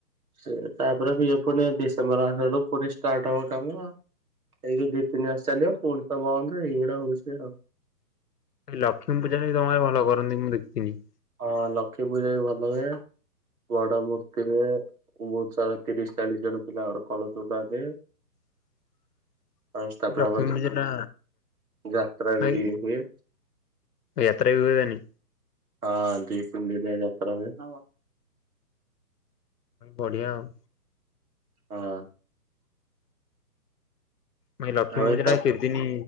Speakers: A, on the right; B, on the left.
A: ସେ ତାପରେ ବି ପୁଣି ଡିସେମ୍ୱର ଆଡୁ ଆଡୁ ପୁଣି ଷ୍ଟାର୍ଟ୍ ହବ କାମ ଏଇଯୋଉ ଦି ତିନି ମାସ ଚାଲିବ ପୁଣି ତ ବନ୍ଦ ଏଇଗୁଡା ହଉଛି ଆଉ।
B: ଲକ୍ଷ୍ମୀ ପୂଜା ବି ତମର ଆରେ ଭଲ କରନ୍ତି ମୁଁ ଦେଖିଥିନି।
A: ହଁ ଲକ୍ଷ୍ମୀ ପୂଜା ବି ଭଲ ହୁଏ ବଡ ମୂର୍ତ୍ତିହୁଏ। ବୋହୁତ ସାରା ତିରିଶ ଚାଳିଶ ଜଣ ପିଲା କଳସ ବୁଡ଼ାନ୍ତି।
B: <inaudible>
A: <unintelligible> ଯାତ୍ରା
B: ଲକ୍ଷ୍ମୀ ପୂଜା ଟା
A: ଯାତ୍ରା
B: ଭାଇ
A: ବି ହୁଏ।
B: ଯାତ୍ରା ବି ହୁଏ ତାନି
A: ହଁ ଦି ତିନ୍ ଦିନିଆ ଯାତ୍ରା ହୁଏ ନା କଣ
B: ବଢିଆ ଆଉ।
A: ହଁ।
B: ପୁଣି ଲକ୍ଷ୍ମୀ
A: ଆଉ ଏ
B: ପୂଜା କେତ୍ ଦିନ